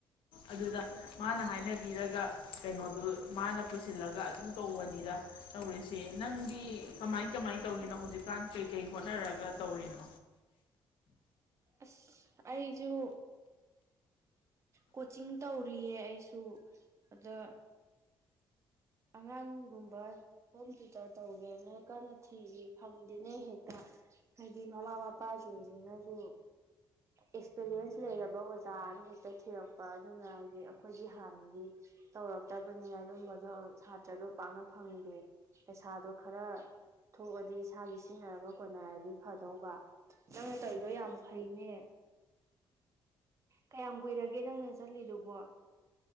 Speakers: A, on the left (about 75°); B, on the right (about 35°).
A: ꯑꯗꯨꯗ ꯃꯥꯅ ꯍꯥꯏꯅꯕꯤꯔꯒ ꯀꯩꯅꯣꯗꯨ ꯃꯥꯅ ꯄꯨꯁꯤꯜꯂꯒ ꯑꯗꯨꯝ ꯇꯧꯕꯅꯤꯗ ꯇꯧꯔꯤꯁꯦ ꯅꯪꯗꯤ ꯀꯃꯥꯏ ꯀꯃꯥꯏ ꯇꯧꯔꯤꯅꯣ ꯍꯧꯖꯤꯛꯀꯥꯟ ꯀꯩ ꯀꯩ ꯍꯣꯠꯅꯔꯒ ꯇꯧꯔꯤꯅꯣ
B: ꯑꯁ ꯑꯩꯁꯨ ꯀꯣꯆꯤꯡ ꯇꯧꯔꯤꯌꯦ ꯑꯩꯁꯨ ꯑꯗ ꯑꯉꯥꯡꯒꯨꯝꯕ ꯍꯣꯝ ꯇ꯭ꯌꯨꯇꯔ ꯇꯧꯒꯦ ꯅꯣꯏ ꯀꯟꯅ ꯊꯤꯔꯤ ꯐꯪꯗꯦꯅꯦ ꯍꯦꯛꯇ ꯍꯥꯏꯗꯤ ꯃꯃꯥ ꯃꯄꯥꯁꯤꯡꯁꯤꯅꯁꯨ ꯑꯦꯛꯁꯄꯤꯔꯤꯌꯦꯟꯁ ꯂꯩꯔꯕ ꯑꯣꯖꯥꯅ ꯍꯦꯛ ꯆꯠꯈꯤ ꯊꯤꯔꯛꯄ ꯑꯗꯨꯅ ꯍꯥꯏꯗꯤ ꯑꯩꯈꯣꯏꯗꯤ ꯍꯥꯟꯅꯗꯤ ꯇꯧꯔꯛꯇꯕꯅꯤꯅ ꯑꯗꯨꯝꯕꯗꯣ ꯁꯥꯇ꯭ꯔꯗꯣ ꯄꯥꯛꯅ ꯐꯪꯗꯦ ꯄꯩꯁꯥꯗꯣ ꯈꯔ ꯊꯣꯛꯑꯗꯤ ꯏꯁꯥꯒꯤ ꯁꯤꯡꯟꯅꯔꯒ ꯀꯣꯟꯅꯔꯗꯤ ꯐꯗꯧꯕ ꯅꯪꯅ ꯇꯧꯔꯤꯗꯣ ꯌꯥꯝ ꯐꯩꯅꯦ ꯀꯌꯥꯝ ꯀꯨꯏꯔꯒꯦ ꯅꯪꯅ ꯆꯠꯂꯤꯗꯨꯕꯣ